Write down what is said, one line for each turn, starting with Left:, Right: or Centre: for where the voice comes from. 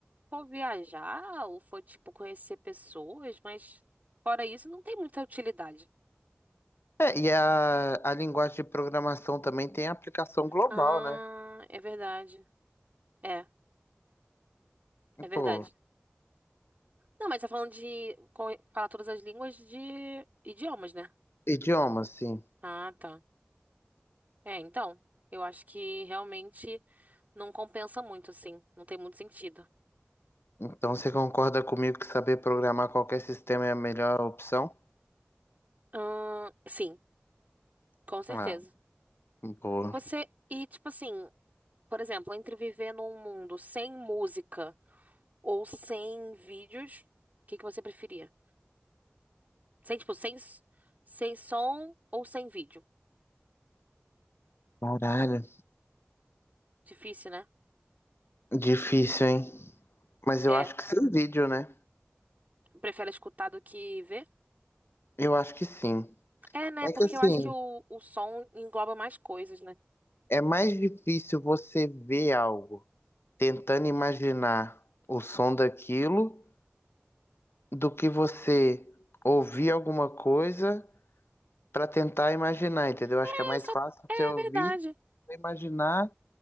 Right: for viajar ou for, tipo, conhecer pessoas, mas fora isso, não tem muita utilidade.
Left: É, e a, a linguagem de programação também tem aplicação global,
Right: Ah,
Left: né?
Right: é verdade. É, é verdade.
Left: Pô,
Right: Não, mas tá falando de co- falar todas as línguas de idiomas, né?
Left: idioma, sim.
Right: Ah, tá. É, então, eu acho que realmente não compensa muito, assim. Não tem muito sentido.
Left: Então você concorda comigo que saber programar qualquer sistema é a melhor opção?
Right: Ahn, sim, com certeza.
Left: Ah, boa.
Right: Você, e tipo assim, por exemplo, entre viver num mundo sem música. Ou sem vídeos, o que que você preferia? Sem, tipo, sem, s- sem som ou sem vídeo?
Left: Caralho.
Right: Difícil, né?
Left: Difícil, hein? Mas
Right: É.
Left: eu acho que sem vídeo, né?
Right: Prefere escutar do que ver?
Left: Eu acho que sim.
Right: É, né?
Left: É
Right: Porque
Left: que assim,
Right: eu acho que o, o som engloba mais coisas, né?
Left: é mais difícil você ver algo tentando imaginar o som daquilo do que você ouvir alguma coisa para tentar imaginar, entendeu? Acho
Right: É,
Left: que é mais
Right: só.
Left: fácil
Right: É
Left: você ouvir
Right: verdade.
Left: e imaginar